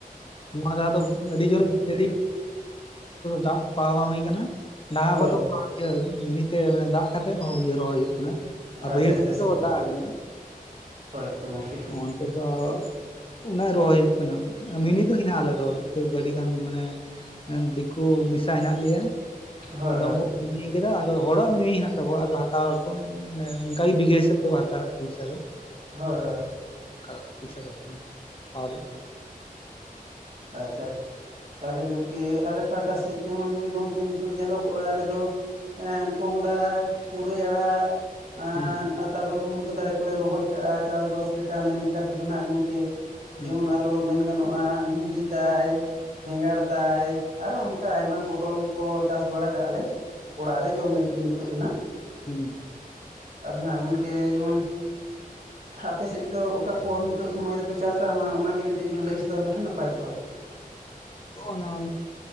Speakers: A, on the left (about 35°); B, on the right (about 50°).
A: ᱱᱚᱣᱟ ᱫᱷᱟᱣ ᱫᱚ ᱟᱹᱰᱤ ᱡᱳᱨ ᱮ ᱫᱟᱜ ᱡᱟᱹᱲᱤ ᱫᱟᱜ ᱯᱟᱣᱟ ᱵᱟᱝ ᱦᱩᱭ ᱠᱟᱱᱟ᱾ ᱰᱟᱝ
B: ᱦᱳᱭ
A: ᱜᱟ ᱠᱚ ᱫᱚ ᱤᱭᱟᱹ ᱢᱤᱱᱤ ᱛᱮ ᱫᱟᱜ ᱠᱟᱛᱮᱜ ᱨᱚᱦᱚᱭ ᱦᱩᱭᱩᱜ ᱠᱟᱱᱟ᱾ ᱟᱨ
B: ᱟᱪᱪᱷᱟ
A: ᱵᱟᱹᱭᱦᱟᱹᱲ
B: ᱟᱪᱪᱷᱟ
A: ᱥᱮᱫ
B: ᱟᱪᱪᱷᱟ
A: ᱫᱚ ᱫᱟᱜ ᱠᱟᱱᱟ
B: ᱦᱳᱭ ᱛᱚ ᱜᱚᱢᱠᱮ
A: ᱚᱱᱛᱮ ᱫᱚ ᱚᱱᱟ ᱨᱚᱦᱚᱭ ᱦᱩᱭᱩᱜ ᱠᱟᱱᱟ ᱢᱤᱱᱤ ᱫᱚ ᱦᱮᱱᱟᱜᱼᱟ᱾ ᱟᱞᱮ ᱫᱚ ᱟᱹᱰᱤ ᱜᱟᱱ ᱢᱟᱱᱮ ᱫᱤᱠᱩ ᱢᱤᱥᱟ ᱦᱮᱱᱟᱜ ᱞᱮᱭᱟ
B: ᱦᱳᱭ
A: ᱟᱫᱚ
B: ᱦᱳᱭ
A: ᱩᱱᱠᱩ <unintelligible> ᱠᱮᱫᱟ ᱟᱫᱚ ᱦᱚᱲᱟᱜ ᱢᱤᱱᱤ ᱦᱮᱱᱟᱜ ᱛᱟᱠᱚᱣᱟ ᱟᱫᱚ ᱦᱟᱛᱟᱣ ᱟᱠᱚ ᱢᱟᱱᱮ ᱚᱱᱠᱟ ᱵᱤᱜᱷᱟᱹ ᱦᱤᱥᱟᱹᱵ ᱛᱮ ᱠᱚ ᱦᱟᱛᱟᱣ ᱟᱠᱚ ᱯᱚᱭᱥᱟ ᱫᱚ᱾
B: ᱦᱳᱭ ᱦᱳᱭ
A: ᱚᱱᱠᱟ ᱯᱚᱭᱥᱟ ᱠᱚ ᱦᱟᱛᱟᱣ ᱟ
B: ᱟᱪᱪᱷᱟ ᱛᱟᱦᱞᱮ ᱜᱚᱝᱠᱮ ᱟᱞᱮ ᱯᱟᱦᱴᱟ ᱥᱮᱫ ᱡᱮᱢᱚᱱ ᱜᱚᱢᱠᱮ ᱱᱤᱛᱚᱜ ᱧᱮᱞᱚᱜᱚᱜᱼᱟ ᱟᱞᱮ ᱫᱚ ᱮᱸ ᱠᱚᱸᱦᱚᱰᱟ, ᱯᱩᱨᱟᱹᱭ, ᱟᱲᱟᱜ ᱮᱸᱻ
A: ᱦᱩᱸ
B: ᱛᱟᱯᱚ ᱨᱮ ᱢᱩᱱᱜᱟᱹ ᱫᱟᱨᱮ ᱠᱚ ᱞᱮ ᱨᱚᱦᱚᱭ ᱠᱟᱜᱼᱟ ᱪᱟᱥ ᱵᱟᱥ ᱞᱮᱠᱟ ᱢᱮᱱ ᱞᱮᱠᱟ ᱛᱮ ᱫᱚ ᱱᱟᱜ ᱱᱤᱱᱠᱟᱹ
A: ᱦᱩᱸ
B: ᱡᱮᱢᱚᱱ ᱟᱨᱚ ᱢᱮᱱ ᱜᱟᱱᱚᱜᱼᱟ ᱵᱷᱤᱱᱰᱤ ᱛᱟᱭ ᱵᱮᱸᱜᱟᱲ ᱛᱟᱭ ᱟᱨᱚ ᱚᱱᱠᱟ ᱟᱭᱢᱟ ᱯᱚᱴᱚᱞ ᱠᱚ ᱪᱟᱥ ᱵᱟᱲᱟ ᱠᱟᱜᱼᱟ ᱞᱮ ᱚᱲᱟᱜ ᱨᱮ ᱡᱚᱢ ᱞᱟᱹᱜᱤᱫ ᱜᱮ ᱱᱤᱛᱚᱜ ᱫᱚ ᱱᱟᱜ
A: ᱦᱩᱸ
B: ᱟᱫᱚ ᱱᱟᱜ ᱜᱚᱝᱠᱮ ᱡᱮᱢᱚᱱ ᱟᱯᱮ ᱥᱮᱫ ᱫᱚ ᱚᱠᱟ ᱠᱚ ᱱᱤᱛᱚᱜ ᱥᱚᱢᱚᱭ ᱨᱮ ᱯᱮ ᱪᱟᱥᱼᱟ ᱚᱱᱟ ᱜᱮ ᱠᱟᱹᱴᱤᱡ ᱵᱤᱱ ᱞᱟᱹᱭ ᱥᱚᱫᱚᱨ ᱞᱮᱠᱷᱟᱱ ᱱᱟᱯᱟᱭ ᱠᱚᱜᱼᱟ᱾
A: ᱚ ᱚᱱᱟ